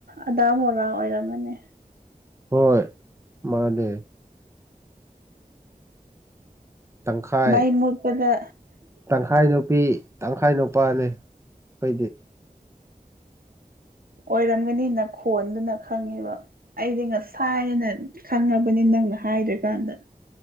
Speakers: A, on the right; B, on the right.
A: ꯑꯗꯥ ꯃꯣꯔꯥ ꯑꯣꯏꯔꯝꯃꯅꯤ
B: ꯍꯣꯏ ꯃꯥꯅꯦ ꯇꯪꯈꯥꯏ
A: ꯃꯩ ꯃꯨꯠꯄꯗ
B: ꯇꯪꯈꯥꯏ ꯅꯨꯄꯤ ꯇꯪꯈꯥꯏ ꯅꯨꯄꯥꯅꯤ ꯈꯣꯏꯗꯤ
A: ꯑꯣꯏꯔꯝꯒꯅꯤ ꯅꯈꯣꯟꯗꯨꯅ ꯈꯪꯉꯦꯕ ꯑꯩꯗꯤ ꯉꯁꯥꯏꯅ ꯈꯪꯉꯕꯅꯤ ꯅꯪꯅ ꯍꯥꯏꯗ꯭ꯔꯤꯀꯥꯟꯗ